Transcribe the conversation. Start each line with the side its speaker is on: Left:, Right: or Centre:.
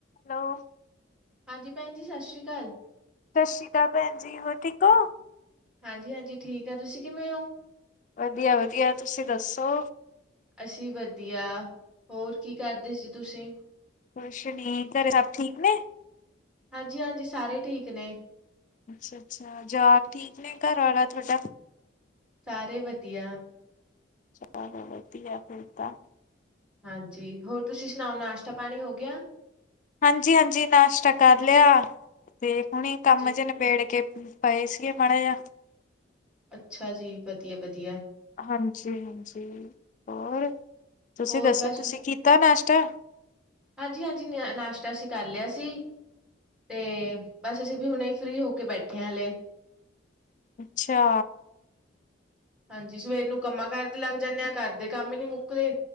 Left: Hello
Centre: ਹਾਂਜੀ ਭੈਣ ਜੀ, ਸਸ਼੍ਰੀ ਅਕਾਲ।
Left: ਸਸ਼੍ਰੀ ਅਕਾਲ ਭੈਣ ਜੀ, ਹੋਰ ਠੀਕ ਹੋ?
Centre: ਹਾਂਜੀ-ਹਾਂਜੀ, ਠੀਕ ਆ ਤੁਸੀਂ ਕਿਵੇਂ ਹੋ?
Left: ਵਧੀਆ-ਵਧੀਆ ਤੁਸੀਂ ਦੱਸੋ?
Centre: ਅਸੀਂ ਵਧੀਆ, ਹੋਰ ਕੀ ਕਰਦੇ ਸੀ ਤੁਸੀਂ?
Left: ਕੁਛ ਨਈ, ਘਰੇ ਸਭ ਠੀਕ ਨੇ?
Centre: ਹਾਂਜੀ-ਹਾਂਜੀ, ਸਾਰੇ ਠੀਕ ਨੇ
Left: ਅੱਛਾ-ਅੱਛਾ, ਜਵਾਕ ਠੀਕ ਨੇ, ਘਰ ਆਲਾ ਤੁਡਾ
Centre: ਸਾਰੇ ਵਧੀਆ
Left: ਚਲ ਵਧੀਆ, ਫਿਰ ਤਾਂ।
Centre: ਹਾਂਜੀ, ਹੋਰ ਤੁਸੀਂ ਸੁਣਾਓ? ਨਾਸ਼ਤਾ ਪਾਣੀ ਹੋ ਗਿਆ
Left: ਹਾਂਜੀ-ਹਾਂਜੀ, ਨਾਸ਼ਤਾ ਕਰ ਲਿਆ, ਤੇ ਹੁਣੇ ਕੰਮ
Centre: ਜੀ
Left: ਜ ਨਿਬੇੜ ਕੇ ਪਏ ਸੀਗੇ, ਮਾੜੇ ਜਿਹਾ।
Centre: ਅੱਛਾ ਜੀ, ਵਧੀਆ-ਵਧੀਆ
Left: ਹਾਂਜੀ-ਹਾਂਜੀ ਹੋਰ, ਤੁਸੀਂ
Centre: ਹੋਰ
Left: ਦੱਸੋ?
Centre: ਬਸ
Left: ਤੁਸੀਂ ਕੀਤਾ ਨਾਸ਼ਤਾ
Centre: ਹਾਂਜੀ-ਹਾਂਜੀ, ਨਾਸ਼ਤਾ, ਅਸੀਂ ਕਰ ਲਿਆ ਸੀ। ਤੇ ਬਸ ਅਸੀਂ ਵੀ ਹੁਣੇ, ਫ੍ਰਰੀ ਹੋ ਕੇ ਬੈਠੇਆਂ ਹਾਲੇ
Left: ਅੱਛਾ।
Centre: ਹਾਂਜੀ, ਸਵੇਰ ਨੂੰ ਕੰਮਾਂ ਕਾਰ ਤੇ ਲੱਗ ਜਾਂਦੇ ਆਾਂ, ਘਰ ਦੇ ਕੰਮ ਹੀ ਨਈ ਮੁੱਕਦੇ